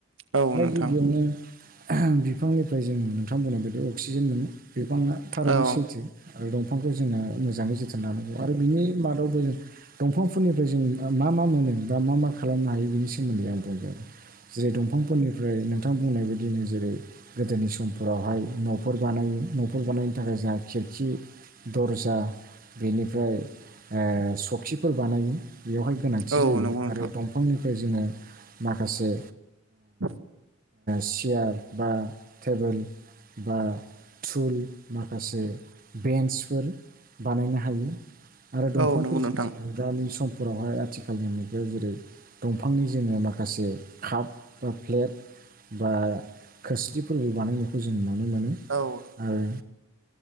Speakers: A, on the right; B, on the right.
A: औ
B: दा
A: नोंथां
B: गिबियावनो बिफांनिफ्राय जोंङो नुनो नोंथां बुंनायबादि अक्सिजेन मोनो बिफाङा थारैनो
A: औ
B: सैथो आरो दंफांखौ जोंना मोजाङै जोथोन लानांगौ आरो बिनि मादावबो जों दंफांफोरनिफ्राय जों मा मा मोनो बा मा मा खालामनो हायो बिनि सोमोन्दै आं बुंदों जेरै दंफांफोरनिफ्राय नों नोंथां बुंनाय बायदिनो जेरै गोदोनि समफोरावहाय न'फोर बानायो न'फोर बानायनो थाखाय जोंहा खि खि दर्जा बेनिफ्राय सखिफोर बानायो बेवहाय गोनांथि
A: औ
B: जायो
A: नंगौ नोंथां
B: आरो दंफांनिफ्राय जोङो माखासे
A: ब <inaudible>
B: सियार बा टेबोल बा थुल माखासे बेन्सफोर बानायनो हायो आरो दंफांफोरजों
A: औ नंगौ नोंथां
B: जो दानि सम फोरावहाय आथिखालनि मुगायाव जेरै दंफांनि जोङो माखासे काप बा प्लेट बा खोरस्लिफोरबो बानायनायखौ जों नुनो मोनो
A: औ
B: आरो